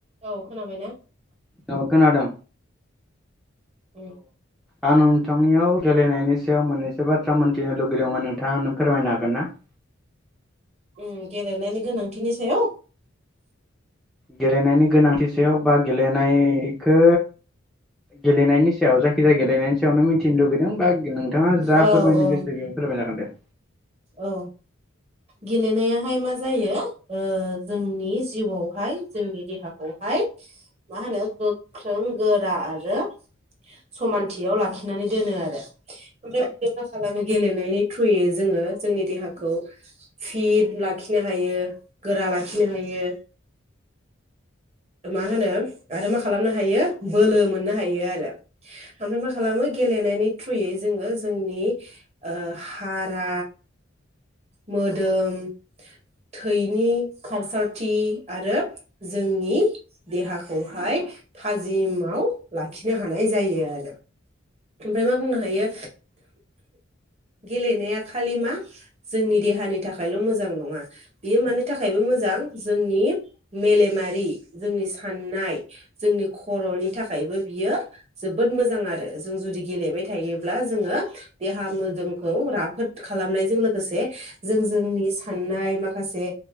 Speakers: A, on the right; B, in the centre.
A: औ खोनाबायना?
B: औ खोनादों
A: औ
B: आं नोंथांनियाव गेलेनायनि सायाव मोननैसो बाथ्रा मोन्थिनो लुगैदोंमोन नोंथाङा फोरमायनो हागोन ना? <inaudible>
A: उ गेलेनायनि गोनांथिनि सायाव?
B: गेलेनायनि गोनांथि सायाव बा गेलेनायखौ गेलेनायनि सायाव जायखिजाया गेलेनायनि सायावनो मिथिनो लुगैदों बा नों नोंथाङा जा
A: औ
B: फोरमायनो
A: औ
B: गोसो बेनो फोरमायजागोन दे
A: औ गेलेनायाहाय मा जायो जोंनि जिउआवहाय जोंनि देहाखौहाय मा होनो गोख्रों गोरा आरो समानथियाव लाखिनानै दोनो आरो ओमफ्राय बिनो मा खालामो गेलेनायनि थ्रुयै जोङो जोंनि देहाखौ फिट लाखिनो हायो गोरा लाखिनो हायो मा होनो आरो मा खालामनो हायो बोलो मोननो हायो आरो ओमफ्राय मा खालामो गेलेनायनि थ्रुयै जोङो जोंनि ओ हारा मोदोम थैनि खारसारथि आरो जोंनि देहाखौहाय थाजिमाव लाखिनो हानाय जायो आरो ओमफ्राय मा बुंनो हायो गेलेनाया खालि मा जोंनि देहानि थाखायल' मोजां नङा बेयो मानि थाखायबो मोजां मोजां जोंनि मेलेमारि जोंनि साननाय जोंनि खर'नि थाखाय बेबो बियो जोबोद मोजां आरो जों जुदि गेलेबाय थायोब्ला जोङो देहा मोदोमखौ राफोद खालामनायजों लोगोसे जों जोंनि साननाय माखासे